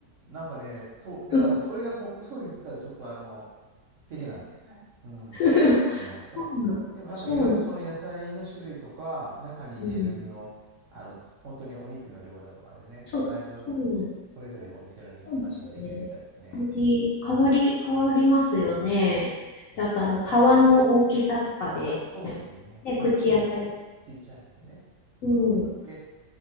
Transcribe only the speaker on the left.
うん
<laughs>
そうなん、
そう、
うん、
そ、
そうなん
そうですよね。
味、変わり、変わりますよね。で、あと、あの、皮の大きさとかで、
ね、ね口当たり。
うん。あ、